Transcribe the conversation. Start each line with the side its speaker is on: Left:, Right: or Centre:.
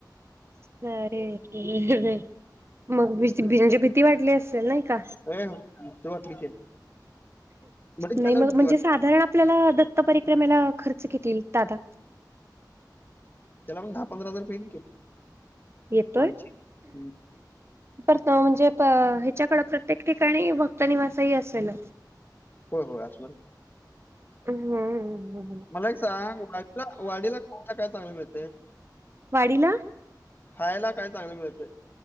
Right: अरे मग भची भीती वाटली असेल ना. हा
Left: ए भीती वाटली की मध्येच
Right: नाही
Left: झाल्यावर
Right: मग
Left: भीती
Right: म्हणजे
Left: वाटली
Right: साधारण आपलं. आपल्याला दत्त परिक्रमेला खर्च घेतीलतील दादा.
Left: त्याला पण दहा पंरा हजार येईल की.
Right: येतोय.
Left: माणसे हम्म.
Right: परत म्हणजे प ह्याच्याकड प्रत्येक ठिकाणी भक्त निवास ही असेल.
Left: हो हो, असणार की.
Right: हम हम हम.
Left: मला एक सांग वाडीला वाडीला खायला काय चांगलं मिळतेय.
Right: वाडीला.
Left: खायला काय चांगले मिळतेय.